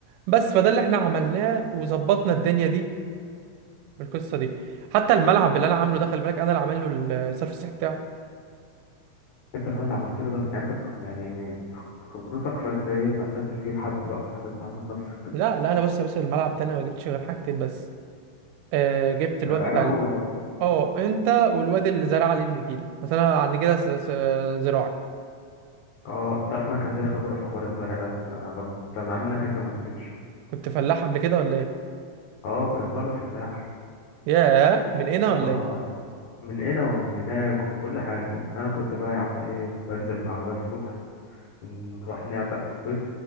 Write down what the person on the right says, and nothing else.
بس فده اللي احنا عملناه وظبطنا الدنيا دي بالقصه دي حتى الملعب اللي انا عامله ده خلي بالك انا اللي عامل له الصرف الصحي بتاعه
لا لا انا بص يا باشا الملعب ده انا ما جبتش غير حاجتين بس آه جبت الواد
بتاع
ال...
اه انت والواد اللي زرع عليه النجيله مثلا على النجيله س- س- زراعي
كنت فلاح قبل كده ولا ايه
ياه من هنا ولا
ايه